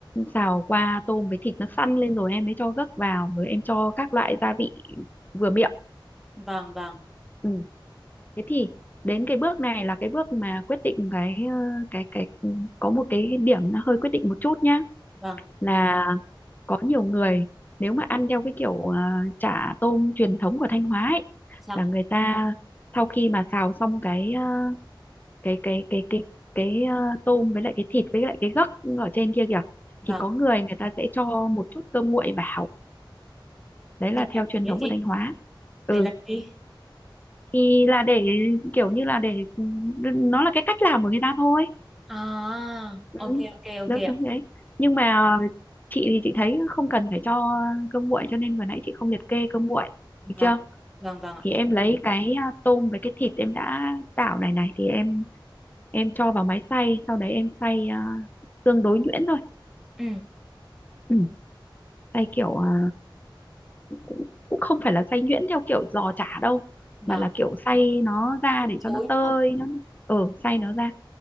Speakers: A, on the left; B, in the centre.
A: xào qua tôm với thịt nó săn lên rồi em mới cho gấc vào rồi em cho các loại gia vị vừa miệng
B: Vâng, vâng,
A: ừ. thế thì đến cái bước này là cái bước mà quyết định cái ờ, cái cái ừ, có một cái điểm nó hơi quyết định một chút nhá
B: vâng.
A: là có nhiều người nếu mà ăn theo cái kiểu ờ, chả tôm truyền thống của Thanh Hóa ấy
B: Dạ,
A: là người ta sau khi mà xào xong cái ờ, cái cái cái cái cái ờ, tôm với lại cái thịt với lại cái gấc ở trên kia kìa
B: vâng.
A: thì có người người ta sẽ cho một chút cơm nguội vào đấy
B: Để
A: là theo
B: làm
A: truyền
B: gì
A: thống
B: ấy chị?
A: của Thanh Hóa ừ
B: Để làm gì?
A: thì là để kiểu như là để ừ, nó là cái cách làm của người ta thôi
B: À,
A: ừ.
B: ok ok ok
A: Đó, đúng
B: ạ.
A: đấy nhưng mà ờ, chị thì chị thấy không cần phải cho cơm nguội cho nên vừa nãy chị không liệt kê cơm nguội được
B: vâng
A: chưa
B: vâng vâng ạ
A: thì em lấy cái à, tôm với cái thịt em đã tạo này này thì em em cho vào máy xay sau đấy em xay à, tương đối nhuyễn thôi
B: ừ
A: Ừ, Xay kiểu à, cũng cũng không phải là xay nhuyễn theo kiểu giò chả đâu
B: vâng
A: mà là kiểu xay nó ra
B: Từ
A: để
B: chối
A: cho nó tơi
B: nữa.
A: nó ừ xay nó ra